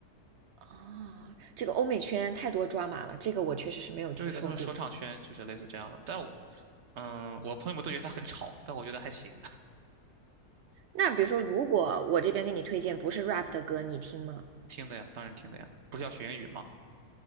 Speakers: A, on the right (about 80°); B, on the right (about 50°).
A: 哦，这个欧美圈太多抓马了，这个我确实是没有听说过。
B: 对的，他们说唱圈就是类似这样的，但嗯，我朋友们都觉得他很吵，但我觉得还行，
A: 那比如说，如果我这边给你推荐不是 rap 的歌，你听吗？
B: <laughs> 听的呀，当然听的呀，不是要学英语吗？